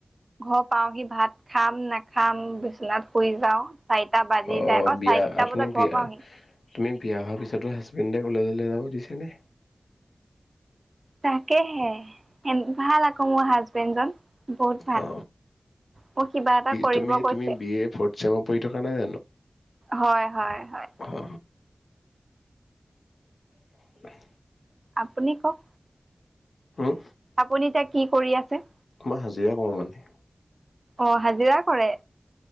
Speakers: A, on the right; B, on the left.
A: ঘৰ পাওঁহি ভাত খাম নাখাম বিচনাত শুই যাওঁ। চাৰিটা বাজি
B: অ
A: যায়
B: বিয়া
A: চাৰিটা
B: আপুনি
A: বজাত
B: বিয়া
A: ঘৰ পাওঁহি
B: তুমি বিয়া হোৱা পিছতো হাছ বেন্দে কলেজলে যাব দিছে নে?
A: তাকেহে ভাল আকৌ মোৰ হাজবেণ্ডজন। বহুত ভাল
B: অ
A: মোক কিবা এটা কৰিব
B: তুমি
A: কৈছে
B: বি এ ফৰ্টচেমত পঢ়ি থকা নাই জানো
A: হয় হয় হয়
B: অ <unintelligible>
A: আপুনি কওক
B: হম
A: আপুনি এতিয়া কি কৰি আছে?
B: মই হাজিৰা কৰো মানে।
A: অ হাজিৰা কৰে।